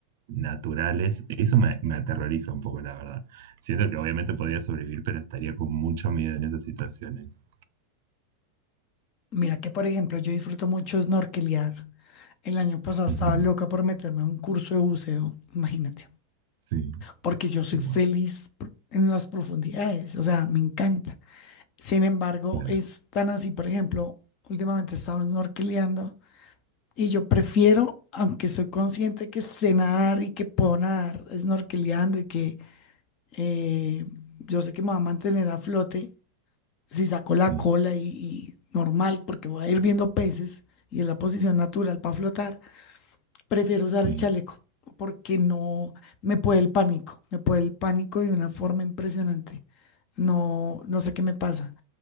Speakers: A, on the right; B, on the left.
A: naturales, eso me, me aterroriza un poco, la verdad. Siento que obviamente podría sobrevivir, pero estaría con mucho miedo en esas situaciones.
B: Mira que, por ejemplo, yo disfruto mucho snorkelear. El año pasado estaba
A: Ujú.
B: loca por meterme a un curso de buceo, imagínate.
A: Sí,
B: porque yo soy
A: wow,
B: feliz pr- en las profundidades, o sea, me encanta. Sin embargo,
A: claro,
B: es tan así, por ejemplo, últimamente he estado snorkeleando y yo prefiero, aunque soy consciente que sé nadar y que puedo nadar snorkeleando y que eh, yo sé que me va a mantener a flote, si saco la
A: sí,
B: cola y, y normal, porque voy a ir viendo peces y es la posición natural para flotar, prefiero usar
A: sí,
B: el chaleco porque no me puede el pánico, me puede el pánico de una forma impresionante. No, no sé qué me pasa.